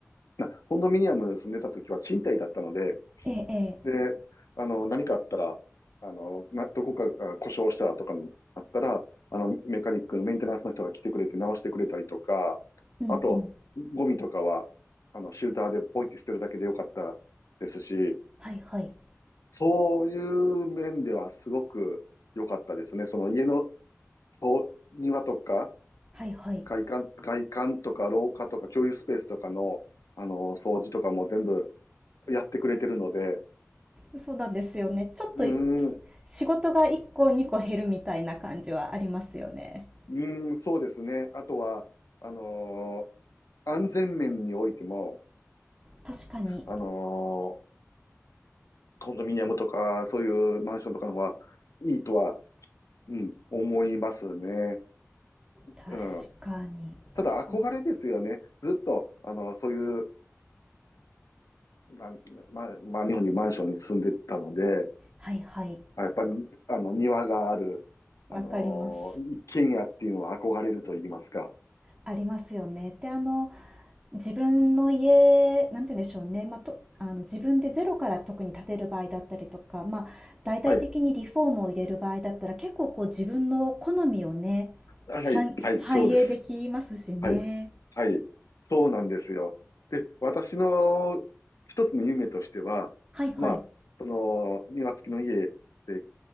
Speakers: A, on the left; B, on the right.
A: なコンドミニアム住んでた時は賃貸だったので、
B: ええ、ええ。
A: で、あの、何かあったら、あの、な、どこかが故障したとかにあったら、あの、メカニックのメンテナンスの人が来てくれて直してくれたりとか、
B: うんうん。
A: あと、ゴミとかは、あの、シューターでポイって捨てるだけでよかったですし、
B: はいはい。
A: そういう面ではすごく良かったですね。その家のそう庭とか、
B: はいはい。
A: 外観、外観とか廊下とか共有スペースとかの、あの、掃除とかも全部やってくれてるので、
B: そうなんですよね。ちょっと、
A: うーん、
B: す仕事が1個2個減るみたいな感じはありますよね。
A: うーん、そうですね。あとは、あのー安全面においても、
B: 確かに。
A: あのーコンドミニアムとか、そういうマンションとかの方がいいとは、うん、思いますね。
B: 確かに。
A: うん。
B: 確かに。
A: ただ、憧れですよね。ずっと、あのそういう、なん、ま、まあ、日本にマンションに住んでたので、
B: はいはい。
A: あやっぱり、あの、庭がある、
B: わかります。
A: あのー一軒家っていうのは憧れると言いますか。
B: ありますよね。で、あの、自分の家、なんて言うんでしょうね。まあ、と、あの、自分でゼロから特に建てる場合だったりとか、まあ、大々的にリフォームを入れる場合だったら、
A: はい。
B: 結構こう自分の好みをね、
A: はい。
B: 反、
A: はい。
B: 反映できますしね。
A: そうです。はい。はい。そうなんですよ。で、私の一つの夢としては、
B: はいはい。
A: まあ、その、庭付きの家で、